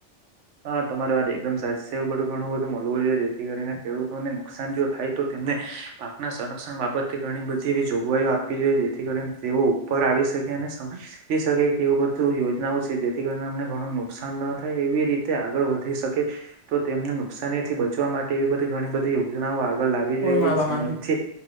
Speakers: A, on the right; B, on the left.
A: હા તમારી વાત એકદમ સાસ છે એવું બધું ઘણું બધું મળવું જોઈએ જેથી કરીને ખેડૂતોને નુકસાન જો થાય તો તે મેં પાકના સંરક્ષણ બાબત ઘણી બધી એવી જોગવાઈઓ આપવી જોઈએ જેથી કરીને તેઓ ઉપર આવી શક કે શાય કે એવ બધું યોજનાઓ છે જેથી કરીને અમને ઘણું નુકસાન ન થાય એ તે આગળ વધી શકે તો તેમને નુકસાની થી બચવા માટે એવી બધી ઘણી બધી યોજનાઓ આગળ લાવી
B: કોળ
A: જોઈએ કે
B: માવા
A: જેમથી
B: માંગે